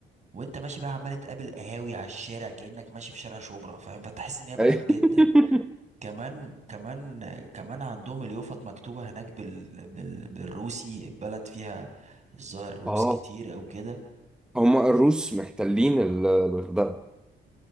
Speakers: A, on the right; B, in the centre.
A: وانت ماشي بقى عمال تقابل قهاوي على الشارع كأنك ماشي في شارع شبرا فاهم فتحس ان هي بلد
B: أيوة.
A: جدا
B: <laughs>
A: كمان كمان كمان عندهم اليوفط مكتوبة هناك بال... بال... بالروسي بلد فيها الظاهر روس
B: اه
A: كتير او كده
B: هما الروس محتلين ال- الغردقة